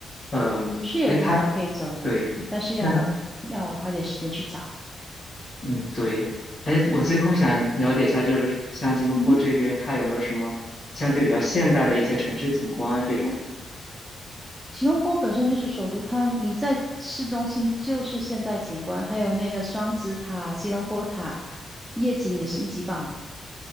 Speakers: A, on the left; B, in the centre.
A: 嗯，
B: 是有地方可以走的，
A: 哎，他对，
B: 但是要要花点时间去找。
A: 那它嗯对，哎，我最后想了解一下，就是像吉隆坡这边，
B: 嗯哼。
A: 它有没有什么相对比较现代的一些城市景观啊这种？
B: 吉隆坡本身就是首都，它你在市中心就是现代景观，还有那个双子塔、吉隆坡塔，夜景也是一级棒的。